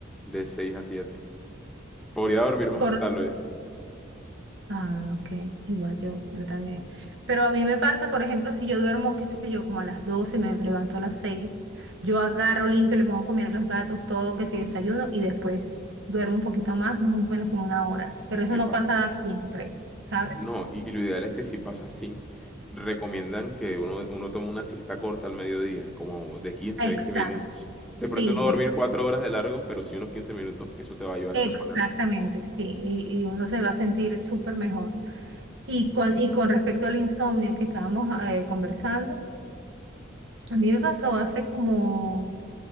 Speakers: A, in the centre; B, on the right.
A: de 6 a 7 Podría dormir <laughs> más
B: Por...
A: tal vez.
B: Ah, ok. Igual yo, yo también. Pero a mí me pasa, por ejemplo, si yo duermo, qué sé yo, como a las 12 me levanto a las seis yo agarro, limpio, le pongo a comer a los gatos, todo, que si desayuno, y después duermo un poquito más, más o menos como una hora. Pero eso
A: Epa.
B: no pasa siempre, ¿sabes?
A: No, y, y lo ideal es que si pasa así, recomiendan que uno, uno tome una siesta corta al mediodía, como de quince
B: Exacto.
A: a veinte minutos. De pronto
B: Sí,
A: no dormir
B: eso.
A: cuatro horas de largo, pero sí unos 15 minutos, que eso te va a ayudar
B: Exactamente,
A: a reponerte.
B: sí, y, y uno se va a sentir súper mejor. Y con, y con respecto al insomnio que estábamos eh, conversando, a mí me pasó hace como,